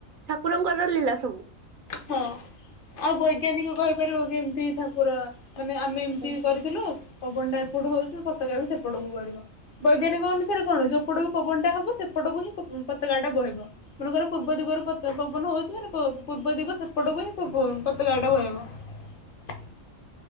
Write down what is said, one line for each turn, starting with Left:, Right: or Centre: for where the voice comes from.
Right: ଠାକୁରଙ୍କର ଲୀଳା ସବୁ।
Left: ହଁ ଆଉ ବୈଜ୍ଞାନିକ କହିପାରିବ କେମିତି ଠାକୁର ମାନେ ଆମେ ଏମିତି
Right: ଓହୋ।
Left: କରିଥିଲୁ। ପବନ ଟା ଏପଟୁ ହଉଛି ପତକା ବି ସେପଟକୁ ଗଡିବ ବୈଜ୍ଞାନିକ ଅନୁସାରେ କଣ ଯୋଉପଟୁ ପବନ ଟା ହବ ସେପଟ ପଟକୁ ହିଁ ପ ପତକା ଟା ବହିବ ମନେଙ୍କର ପୂର୍ବ ଦିଗରୁ ପବନ ହୋଉଚି ପୁ ପୂର୍ବ ଦିଗ ସେପଟକୁ ହିଁ ପ ପତକାଟା ବୋହିବ।